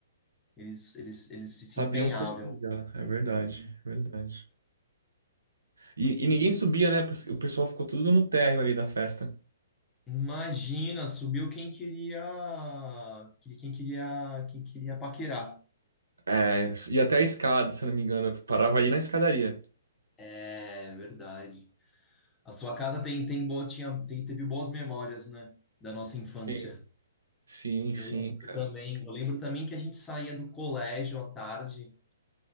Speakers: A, on the left (about 15°); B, on the right (about 85°).
A: eles eles eles se se
B: Sabiam
A: empenhavam.
B: festejar, é verdade, é verdade. E, e
A: E
B: ninguém subia, né? O pessoal ficou tudo no térreo ali da festa.
A: imagina, subiu quem queria que- quem queria quem queria paquerar.
B: É, e até a escada, se eu não me engano, parava ali na escadaria.
A: É verdade. A sua casa tem tem bo- tinha tem- teve boas memórias, né, da nossa infância.
B: Sim. Sim,
A: Eu
B: sim,
A: lembro
B: cara.
A: também, eu lembro também que a gente saía do colégio à tarde